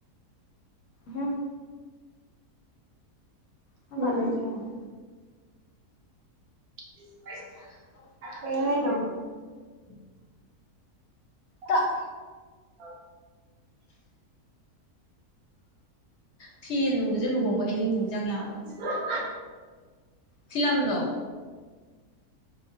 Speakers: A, on the left; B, on the right.
A: ꯍꯝ ꯀꯥꯝ
B: ꯎꯝ
A: ꯀꯥꯟ ꯂꯩꯁꯤ ꯍꯥꯏꯅꯣ
B: <inaudible>
A: <unintelligible>
B: ꯀꯩ ꯍꯥꯏꯅꯣ <inaudible>
A: ꯇꯥꯛ
B: <inaudible>
A: ꯐꯤ ꯏꯂꯨꯕꯁꯦ ꯂꯨꯍꯣꯡꯕꯩ ꯑꯍꯤꯡ ꯅꯤꯡꯖꯉꯦ ꯍꯥꯏꯕ
B: <unintelligible>
A: ꯐꯤꯂꯝꯗꯣ